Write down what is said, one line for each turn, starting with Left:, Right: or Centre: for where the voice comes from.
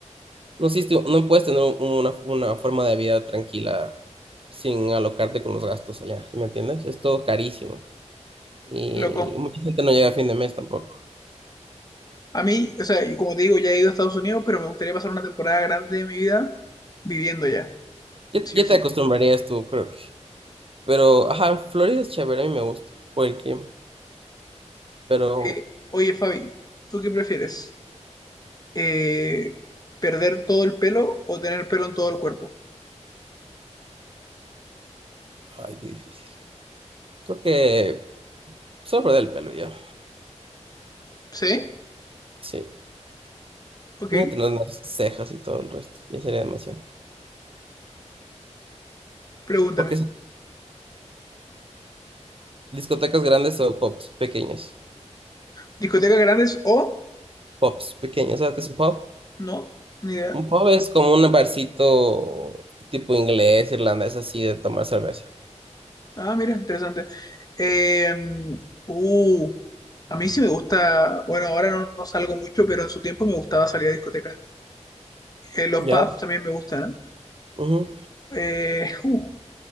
Right: no existe, no puedes tener una, una forma de vida tranquila sin alocarte con los gastos allá, ¿sí me entiendes? Es todo carísimo y
Left: qué loco.
Right: mucha gente no llega a fin de mes tampoco.
Left: A mí, o sea, yo como te digo, ya he ido a Estados Unidos, pero me gustaría pasar una temporada grande de mi vida viviendo allá,
Right: Ya,
Left: sí
Right: ya
Left: o sí.
Right: te acostumbrarías tú, creo que. Pero, ajá, Florida es chévere, a mí me gusta por el clima. Pero,
Left: Eh, oye, Fabi, ¿tú qué prefieres? Eh, ¿perder todo el pelo o tener pelo en todo el cuerpo?
Right: ay, qué difícil. Creo que solo perder el pelo y ya.
Left: ¿Sí?
Right: Sí.
Left: Ok,
Right: mírate tener las cejas y todo el resto. Ya sería demasiado.
Left: pregúntame.
Right: Porque son discotecas grandes o pubs pequeños.
Left: ¿Discotecas grandes o
Right: Pubs pequeños, ¿sabes qué es un pub?
Left: no? Ni idea.
Right: Un pub es como un barcito tipo inglés, irlandés, así de tomar cerveza.
Left: Ah, mira, interesante. Eh, uh, a mí sí me gusta, bueno, ahora no, no salgo mucho, pero en su tiempo me gustaba salir a discotecas. Eh, los
Right: Ya.
Left: pubs también me gustan.
Right: ujú.
Left: Eh, Eh, uh,